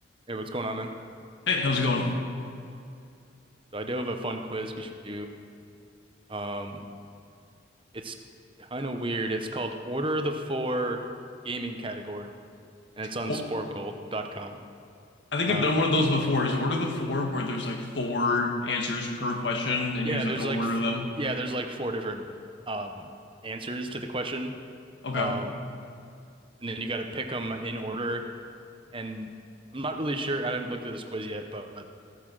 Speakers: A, on the right (about 25°); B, on the left (about 65°).
A: Hey, what's going on, man?
B: Hey, how's it going?
A: So I do have a fun quiz we should do. Um, it's kind of weird. It's called Order of the Four Gaming Category, and it's on
B: Well,
A: Sporkle.com.
B: I think
A: Uh,
B: I've done one of those before. Is order the four where there's like four answers per question and
A: yeah,
B: you just have
A: there's
B: to order
A: like f
B: them?
A: yeah, there's like four different um answers to the question.
B: Okay.
A: Um, and then you got to pick them in order. And I'm not really sure. I haven't looked at this quiz yet, but